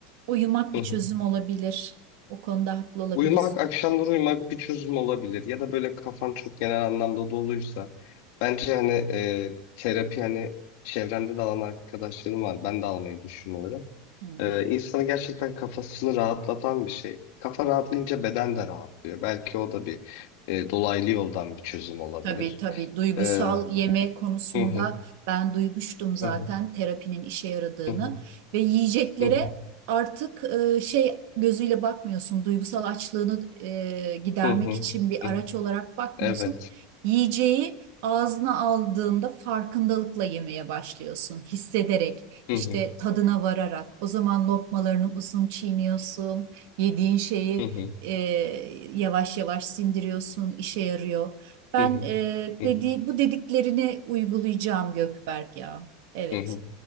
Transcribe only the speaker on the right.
uyumak
bir
çözüm olabilir. O konuda haklı olabilirsin.
Hı hı.
Tabii tabii duygusal
yeme konusunda
ben duymuştum zaten
terapinin işe yaradığını
ve yiyeceklere
artık e, şey gözüyle bakmıyorsun duygusal açlığını e, gidermek
için bir
araç
olarak bakmıyorsun.
Yiyeceği ağzına aldığında farkındalıkla yemeye başlıyorsun hissederek
işte
tadına vararak o zaman lokmalarını uzun çiğniyorsun yediğin şeyi
e, yavaş yavaş sindiriyorsun işe yarıyor. Ben
e,
dediği
bu dediklerini uygulayacağım Gökberk ya. Evet.